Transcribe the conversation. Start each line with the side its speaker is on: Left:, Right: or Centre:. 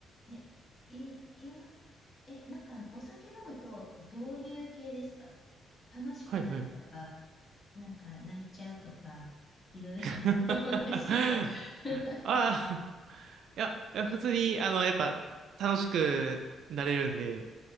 Left: え。え、い、いやー、え、なんかお酒飲むとどういう系ですか楽しくなるとか、
Right: はいはい。
Left: なんか泣いちゃうとか、いろいろあると思うんですけど。
Right: <laughs>
Left: <laughs>
Right: ああ、いや、いや普通に、あの、やっぱ、楽しくなれるんで、